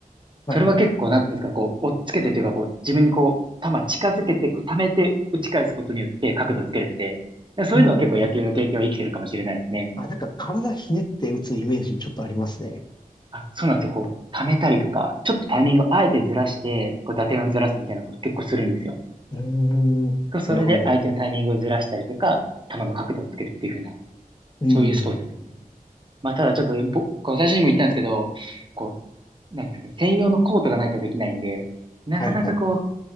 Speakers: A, on the left; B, on the right.
A: はいはいはい。
B: それは結構、なんていうんですかね、こう、追っつけてというか、こう、自分にこう、球近づけて、こう、溜めて打ち返すことによって角度つけるんで、そういうのは結構野球の経験は生きてるかもしれないですね。
A: うん。あ、なんか体ひねって打つイメージにちょっとありますね。
B: あ、そうなんですよ。こう、溜めたりとか、ちょっとタイミングをあえてずらして、こう、打点をずらすみたいなこと結構するんですよ。
A: うーん。
B: 構それで相手のタイミングをずらしたりとか、
A: なるほどなるほど。
B: 球の角度をつけるっていう風な、
A: うん。
B: そういうスポーツです。まあ、ただちょっとぼ、こう最初にも言ったんですけど、こう、なんですかね、専用のコートがないとできないんで、なかなかこう、
A: はいはい。